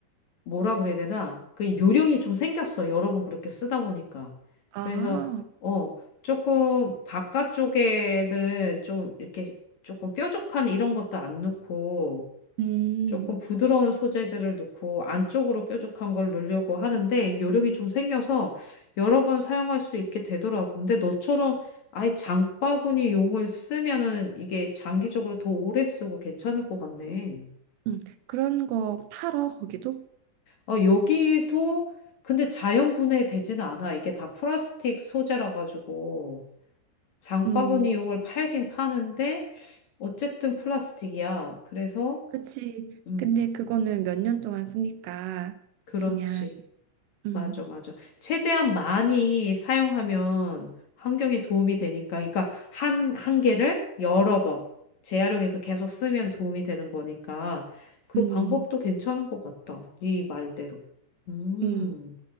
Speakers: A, on the left; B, on the right.
A: 뭐라 그래야 되나? 그 요령이 좀 생겼어. 여러 번 그렇게 쓰다 보니까.
B: 아,
A: 그래서, 어, 조금 바깥쪽에는 좀 이렇게 조금 뾰족한 이런 것도 안 넣고,
B: 음,
A: 조금 부드러운 소재들을 넣고, 안쪽으로 뾰족한 걸 넣으려고 하는데, 요령이 좀 생겨서 여러 번 사용할 수 있게 되더라고. 근데 너처럼 아예 장바구니 용을 쓰면은 이게 장기적으로 더 오래 쓰고 괜찮을 것 같네.
B: 음. 그런 거 팔어 거기도?
A: 어, 여기도 근데 자연 분해되지는 않아. 이게 다 플라스틱 소재라 가지고 장바구니용을
B: 음,
A: 팔긴 파는데 어쨌든 플라스틱이야. 그래서
B: 그치.
A: 음,
B: 근데 그거는 몇 년 동안 쓰니까
A: 그렇지.
B: 그냥. 음,
A: 맞아, 맞아. 최대한 많이 사용하면 환경에 도움이 되니까. 그러니까 한, 한 개를 여러 번 재활용해서 계속 쓰면 도움이 되는 거니까 그
B: 음,
A: 방법도 괜찮은 것 같다. 이 말대로. 음.
B: 음,